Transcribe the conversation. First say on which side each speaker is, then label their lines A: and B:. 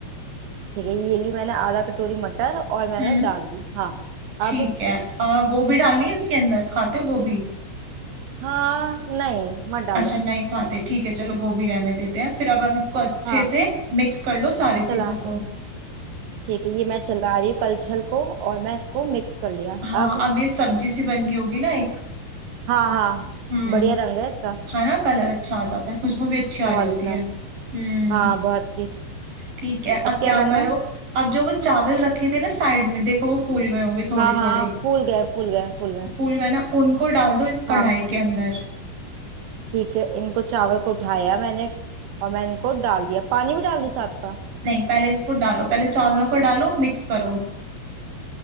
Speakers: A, on the right (about 80°); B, on the right (about 40°).
A: ठीक है ये ली मैंने आधा कटोरी मटर और मैंने
B: हम्म
A: डाल दी हाँ
B: ठीक
A: अब
B: है आ, गोभी डालनी है इसके अंदर खाते हो गोभी
A: हाँ नहीं मत डालो
B: अच्छा नहीं खाते ठीक है चलो गोभी रहने देते हैं फिर अब आप इसको अच्छे
A: हाँ
B: से मिक्स कर लो सारी
A: चला
B: चीजों को
A: ठीक है ये मैं चला रही हूँ कलछल को और मैं इसको मिक्स कर लिया
B: हाँ
A: अब
B: अब ये सब्जी सी बन गई होगी ना एक
A: हाँ हाँ
B: हम्म
A: बढ़िया रंग है इसका
B: है ना कलर अच्छा आ जाता है खुशबू भी अच्छी आ
A: बहुत
B: रही होती
A: अच्छा
B: है हम्म
A: हाँ बहुत अच्छी
B: ठीक है अब
A: अब क्या
B: क्या
A: करना
B: करो
A: है
B: अब जो वो चावल रखे थे ना साइड में देखो वो फूल गए होंगे थोड़े
A: हाँ हाँ
B: थोड़े
A: फूल गए फूल गए फूल गए
B: फूल गए ना उनको डाल दो इस कढ़ाई
A: हाँ
B: के अंदर
A: ठीक है इनको चावल को उठाया मैंने और मैं इनको डाल दिया पानी भी डाल दूँ साथ का
B: नहीं पहले इसको डालो पहले चावलों को डालो मिक्स करो